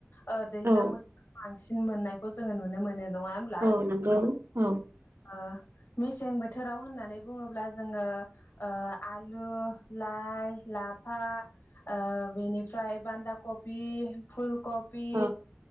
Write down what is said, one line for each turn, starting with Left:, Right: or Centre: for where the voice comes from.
Left: ओ दैज्लां
Right: औ
Left: बोथोरखौ बांसिन मोननायखौ जोङो नुनो मोनो। नङा होनब्ला
Right: औ नंगौ औ
Left: ओ मेसें बोथोराव होननानै बुङोब्ला जोङो ओ आलु लाइ लाफा ओ बेनिफ्राय बान्दा कबि फुल कपि
Right: औ